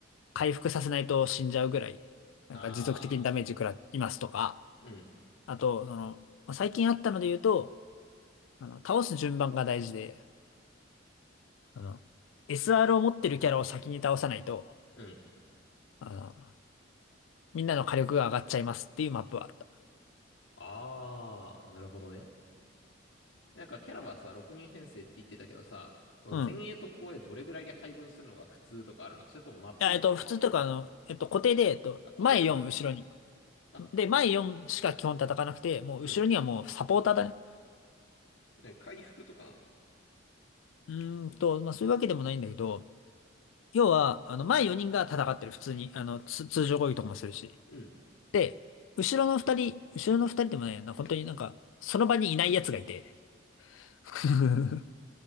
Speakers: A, on the left; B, on the left.
A: 回復させないと死んじゃうぐらい、なんか持続的にダメージ食らいますとか、
B: ああー、うん、
A: あと、その、まあ最近あったので言うと、あの、倒す順番が大事で、あの、SR を持ってるキャラを先に倒さないと、
B: うん。
A: あの、みんなの火力が上がっちゃいますっていうマップはあった。
B: ああ、なるほどね。なんか、キャラはさ、6人編成って言ってたけどさ、その前衛と後衛どれぐらいで配分するのが普通とかあるのそれともマップによって変わる
A: うん。いや、えっと、普通というか、あの、えっと、固定で、えっと、
B: あ、固定なんだ。
A: 前4、後ろ
B: あ
A: で、前4しか基本叩かなくて、もう後ろにはもうサポーターだね。
B: うんね、回復とかなの
A: うーんと、まあそういうわけでもないんだけど、要は、あの、前4人が戦ってる、普通に。あの、つ通常攻撃とかもするし。
B: うん。
A: で、後ろの2人、後ろの2人でもないよな、本当になんか、その場にいない奴がいて。<laughs>